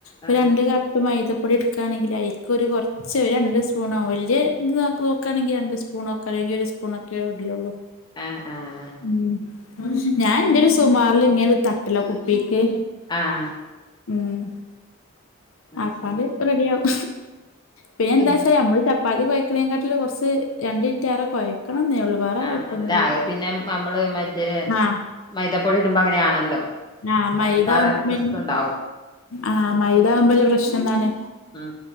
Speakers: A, on the left; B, on the left.
A: ഒര്
B: ആഹ്
A: രണ്ട് കപ്പ് മൈദപ്പൊടി എടുക്കാണെങ്കില് അയ്ക്കൊരു കൊർ ച്ച് ഒര് രണ്ട് സ്പൂണോ വല്ല്യേ ഇത് നോക്കാണെങ്കി രണ്ട് സ്പൂണോ ഒക്കെ അല്ലെങ്കി ഒരു സ്പൂണൊക്കെ ഇടലുള്ളൂ.
B: ആഹ് ആഹ്
A: ഉം ഞാന്റെര് സുമാറിൽ ഇങ്ങനെ തട്ടലാ കുപ്പിക്ക്.
B: ആഹ്
A: ഉം
B: അത്
A: അപ്പാണ്ട്
B: ശരി
A: റെഡി ആവും. പിന്നെന്താച്ചാല്
B: പിന്ന
A: നമ്മള് ചപ്പാത്തി കൊയ്‌ക്കെനേം കാട്ടിലും കൊർച്ച് രണ്ടിൻറ്റേറെ കൊയ്ക്കണം ന്നേ ഒള്ളൂ. വേറെ
B: ആ
A: കൊഴപ്പൊന്നുല്ല
B: നല്ല അഹ് പിന്നെ നമ്മള് മറ്റേ
A: ആഹ്
B: മൈദപ്പൊടി ഇടുമ്പോ അങ്ങനെയാണല്ലോ.
A: ആ മൈദാവുമ്പോ
B: കൊഴക്കാറ്
A: പിൻ
B: റിസ്ക് ഉണ്ടാവും
A: ആ മൈദാവുംമ്പള്ള പ്രശ്നം ന്താണ്.
B: ഉം